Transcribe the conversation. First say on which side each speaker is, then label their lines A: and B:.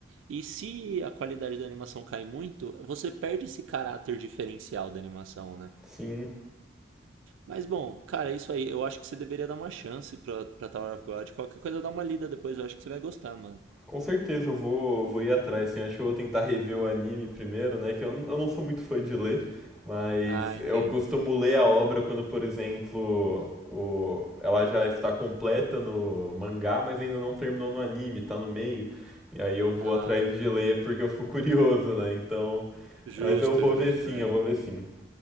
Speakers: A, on the right; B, in the centre.
A: E se a qualidade da animação cai muito, você perde esse caráter diferencial da animação, né?
B: Sim,
A: Mas bom, cara, é isso aí. Eu acho que você deveria dar uma chance pra, pra Tower of God. Qualquer coisa, dá uma lida depois. Eu acho que você vai gostar, mano.
B: Com certeza eu vou, vou ir atrás, sim. Acho que eu vou tentar rever o anime primeiro, né? Que eu, n- eu não sou muito fã de ler, mas
A: Ah,
B: eu
A: entendo.
B: costumo ler a obra quando, por exemplo, o, ela já está completa no mangá, mas ainda não terminou no anime, tá no meio. E aí eu vou
A: Ah,
B: atrás de ler porque eu fico <laughs> curioso, né? Então,
A: justo,
B: mas eu vou
A: justo.
B: ver sim,
A: É.
B: eu vou ver sim.